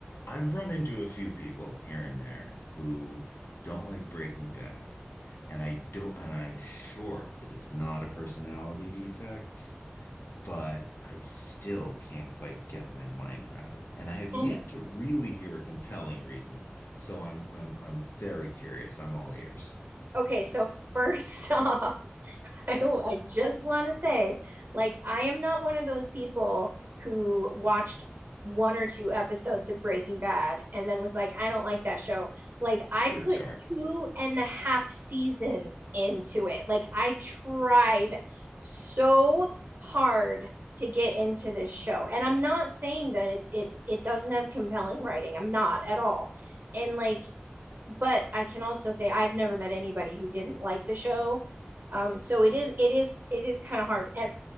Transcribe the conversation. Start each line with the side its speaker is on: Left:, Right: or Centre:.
Left: I've run into a few people here and there who don't like Breaking Bad. And I don't, and I'm sure that it's not a personality defect, but I still can't quite get my mind around it. And I have yet
Right: And
Left: to really hear a compelling reason. So I'm I'm I'm very curious. I'm all ears.
Right: <laughs> okay, so first <laughs> off, I, I just want to say, like, I am not one of those people who watched one or two episodes of Breaking Bad and then was like, I don't like that show. Like, I
Left: Good
Right: put
Left: start.
Right: two and a half seasons into it. Like, I tried so hard to get into this show. And I'm not saying that it it, it doesn't have compelling writing. I'm not at all. And like but I can also say I've never met anybody who didn't like the show. Um, so it is it is it is kind of hard. And